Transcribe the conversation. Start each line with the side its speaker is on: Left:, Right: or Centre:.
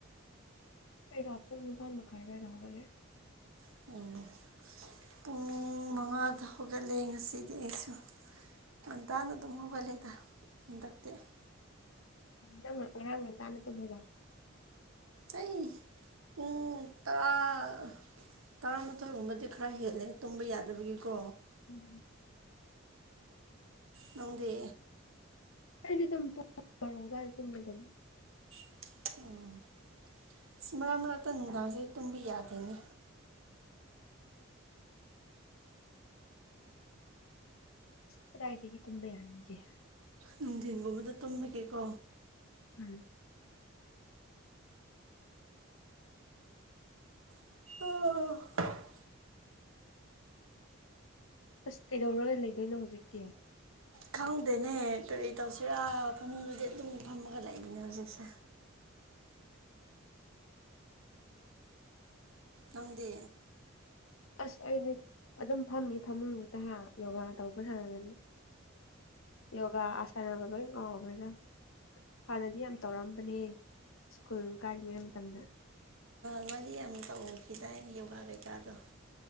Left: ꯑꯩꯩꯔꯣ ꯄꯨꯡ ꯅꯤꯄꯥꯟ ꯃꯈꯥꯏ ꯑꯗꯥꯢꯗ ꯍꯧꯒꯠꯂꯦ꯫
Right: <unintelligible> ꯄꯨꯡ ꯃꯉꯥꯗ ꯍꯧꯒꯠꯂꯦ ꯉꯁꯤꯗꯤ ꯑꯩꯁꯨ꯫ ꯉꯟꯇꯥꯅ ꯑꯗꯨꯝ ꯍꯧꯒꯠꯂꯦꯗ ꯍꯟꯗꯛꯇꯤ꯫
Left: ꯅꯪ ꯉꯔꯥꯡ ꯉꯟꯇꯥꯅ ꯇꯨꯝꯃꯕ
Right: ꯑꯩ ꯄꯨꯡ ꯇꯔꯥ ꯇꯔꯥꯃꯥꯊꯣꯏꯒꯨꯝꯕꯗꯤ ꯈꯔ ꯍꯦꯜꯂꯦ ꯇꯨꯝꯕ ꯌꯥꯗꯕꯒꯤꯀꯣ
Left: ꯎꯝ
Right: ꯅꯪꯗꯤ
Left: ꯑꯗꯤ ꯑꯗꯨꯝꯗ ꯑꯗꯨ
Right: <unintelligible> ꯑ ꯃꯔꯛ ꯃꯔꯛꯇ ꯅꯨꯡꯗꯥꯡꯁꯦ ꯇꯨꯝꯕ ꯌꯥꯗꯦꯅꯦ꯫
Left: ꯀꯗꯥꯏꯗꯒꯤ ꯇꯨꯝꯕ ꯌꯥꯅꯤꯒꯦ꯫
Right: ꯅꯨꯡꯊꯤꯟꯒꯨꯝꯕꯗ ꯇꯨꯝꯕꯒꯦꯀꯣ꯫
Left: ꯎꯝ
Right: <unintelligible>
Left: ꯑꯁ ꯀꯩꯗꯧꯔꯒ ꯂꯩꯗꯣꯏꯅꯣ ꯍꯧꯖꯤꯛꯇꯤ꯫
Right: ꯈꯪꯗꯦꯅꯦ ꯀꯔꯤ ꯇꯧꯁꯤꯔꯥ ꯐꯝꯃꯨꯡꯗꯗꯤ ꯑꯗꯨꯝ ꯐꯝꯃꯒ ꯂꯩꯕꯅꯦ ꯍꯧꯖꯤꯛꯁꯦ꯫ ꯅꯪꯗꯤ
Left: ꯑꯁ ꯑꯩꯗꯤ ꯑꯗꯨꯝ ꯐꯝꯃꯤ ꯐꯃꯨꯡꯗꯨꯗ ꯌꯣꯒꯥ ꯇꯧꯕ ꯁꯥꯟꯅꯅꯤꯅ ꯌꯣꯒꯥ ꯑꯁꯅꯒ ꯀꯉꯈꯗ ꯍꯥꯟꯅꯗꯤ ꯌꯥꯝ ꯇꯧꯔꯛꯑꯝꯕꯅꯦ ꯁ꯭ꯀꯨꯜ ꯀꯥꯔꯤꯉꯩ ꯃꯇꯝꯗ
Right: ꯉꯗꯤ ꯌꯥꯝ ꯇꯧꯎꯈꯤꯗꯥꯏ ꯌꯣꯒꯥ ꯀꯩꯀꯥꯗꯣ